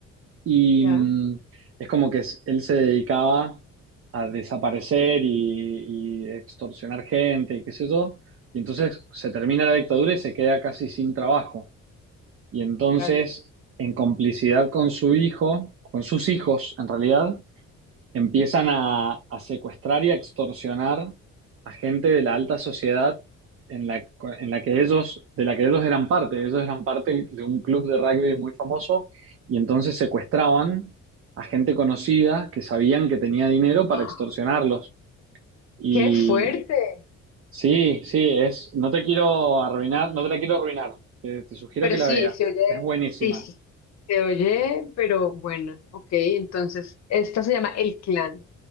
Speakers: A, on the right; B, on the left.
A: y
B: Ya,
A: mm, es como que es- él se dedicaba a desaparecer y, y extorsionar gente y qué sé yo, y entonces se termina la dictadura y se queda casi sin trabajo. Y entonces,
B: claro.
A: en complicidad con su hijo, con sus hijos en realidad, empiezan a, a secuestrar y a extorsionar a gente de la alta sociedad en la, en la que ellos, de la que ellos eran parte. Ellos eran parte de un club de rugby muy famoso y entonces secuestraban a gente conocida que sabían que tenía dinero para
B: ¡Ah!
A: extorsionarlos. Y
B: ¡Qué fuerte!
A: sí, sí, es, no te quiero arruinar, no te la quiero arruinar. Te, te sugiero
B: Pero
A: que la
B: sí,
A: veas.
B: se oye.
A: Es buenísima.
B: Sí, sí. Se oye, pero bueno. Ok, entonces, esta se llama El Clan.